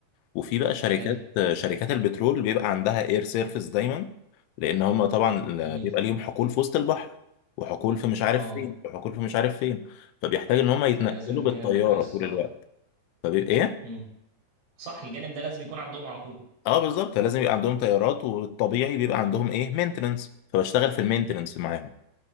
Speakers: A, on the left; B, on the right.
A: وفي بقى شركات
B: حلو
A: شركات البترول بيبقى عندها اير سيرفيس دايما لان هم طبعا
B: جميل
A: بيبقى ليهم حقول في وسط البحر وحقول في مش عارف
B: اه
A: فين وحقول في مش عارف فين فبيحتاج ان هم يتنقلوا
B: فلازم الجانب
A: بالطياره
B: ده كويس صح
A: طول الوقت فبيبقى ايه
B: امم صح الجانب ده لازم يكون عندهم على طول
A: اه بالظبط لازم يبقى عندهم طيارات والطبيعي بيبقى عندهم ايه مينتننس فبشتغل في المينتننس معاهم